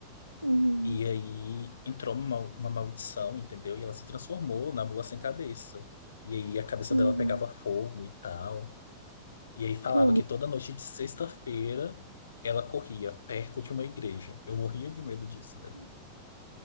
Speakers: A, on the right; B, on the left.
A: Uhum, uhum,
B: E aí entrou uma, uma maldição, entendeu? E ela se transformou na Mula Sem Cabeça. E aí a cabeça
A: uhum.
B: dela pegava fogo e tal. E aí falava
A: Que horror.
B: que toda
A: <laughs>
B: noite de sexta-feira ela corria perto de uma igreja. Eu morria de medo disso, velho.